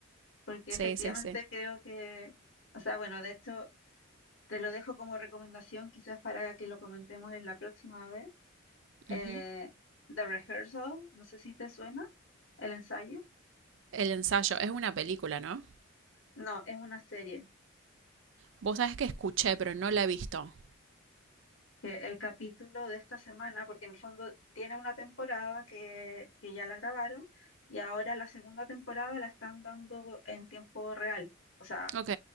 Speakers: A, on the left; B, on the right.
A: porque
B: sí,
A: efectivamente
B: sí, sí.
A: creo que, o sea, bueno, de hecho, te lo dejo como recomendación quizás para que lo comentemos en la próxima vez. Eh,
B: Ujú.
A: The Rehearsal, no sé si te suena, el ensayo.
B: El ensayo es una película, ¿no?
A: No, es una serie.
B: Vos sabés que escuché, pero no la he visto.
A: que el capítulo de esta semana, porque en el fondo tiene una temporada que, que ya la grabaron y ahora la segunda temporada la están dando en tiempo real. O sea,
B: Ok,